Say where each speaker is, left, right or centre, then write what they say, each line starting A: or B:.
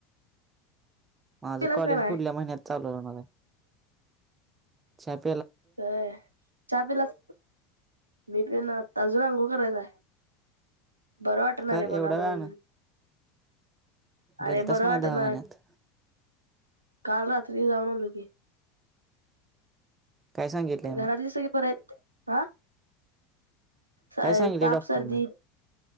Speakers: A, on the right; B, on the right.
A: माझं
B: पिलास
A: कॉलेज
B: का नाही
A: पुढल्या महिन्यात चालू होणार हाय. प <unintelligible>
B: वय,, च्या पिलाऽ मी पि न आताच, आजून अंगुळ करायचा य बरं वाटणार
A: का
B: आहे
A: रे
B: म्हणा
A: एवढ्या
B: म्हणून.
A: वेळानं
B: अरे
A: गेलतास
B: बरं
A: का नाई
B: वाटणार
A: दवाखान्यात.
B: काल रात्री जाऊन आलो की.
A: काय सांगितलंय
B: घरातली
A: मी
B: सगळी बरीआहेत काय,, हांऽऽ
A: काय सांगितले
B: सत, ताप,
A: डॉक्टरनं
B: सर्दी,